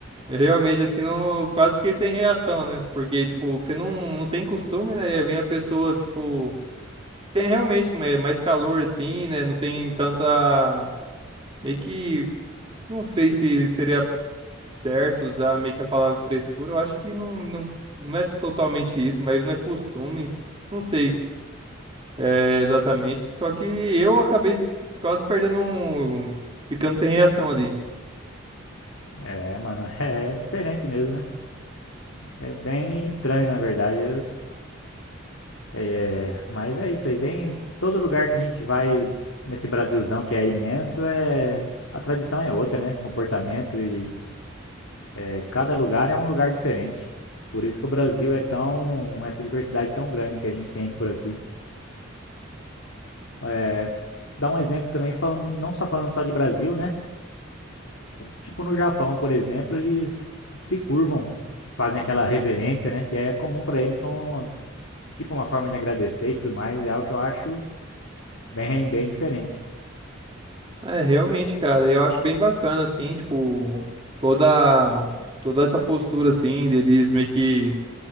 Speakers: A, on the right; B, on the left.
A: Realmente, assim, não, quase que sem reação, né? Porque, tipo, você não, não tem costume, né? E aí vem a pessoa, tipo, tem realmente é, mais calor, assim, né? Não tem tanta. Meio que. Não sei se seria certo usar meio que a palavra frescura. Eu acho que não, não, não é totalmente isso, mas não é costume. Não sei é, exatamente. Só que eu acabei quase perdendo um. Ficando sem reação ali.
B: É, mano, <laughs> é diferente mesmo, né? É bem estranho, na verdade. Eu- é, mas é isso aí. Tem todo lugar que a gente vai nesse Brasilzão que é imenso, é, a tradição é outra, né? Comportamento e é, cada lugar é um lugar diferente. Por isso que o Brasil é tão, essa diversidade tão grande que a gente tem por aqui. É, dá um exemplo também, falando, não só falando só de Brasil, né? Tipo no Japão, por exemplo, eles se curvam, fazem aquela reverência, né? Que é comum para eles como tipo uma forma de agradecer e tudo mais. É algo que eu acho bem, bem diferente.
A: É, realmente, cara, eu acho bem bacana, assim, tipo, toda, tipo, toda essa postura, assim, deles meio que